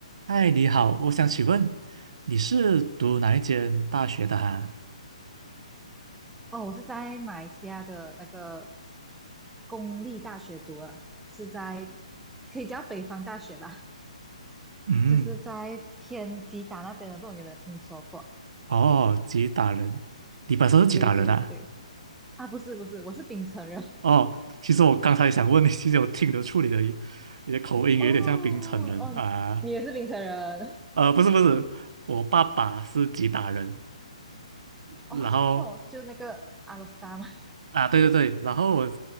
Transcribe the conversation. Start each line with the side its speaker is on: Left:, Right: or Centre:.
Right: 嗨，你好，我想请问你是读哪一间大学的哈？
Centre: 哦，我是在马来西亚的那个公立大学读了，是在可以叫北方大学吧，<laughs>
Right: 嗯，
Centre: 就是在偏吉打那边的，不懂有没有听说过？
Right: 哦，吉打人，你本身是吉打人啊？
Centre: 对对对，啊，不是不是，我是槟城人。
Right: 哦，其实我刚才想问你，其实我听得出你的你的口音有点像槟城人啊。
Centre: <laughs> 哦嗯，你也是槟城人？
Right: 呃，不是不是，我爸爸是吉打人，
Centre: <laughs> 哦，
Right: 然后
Centre: 就那个阿罗斯达嘛。
Right: 啊，对对对，然后我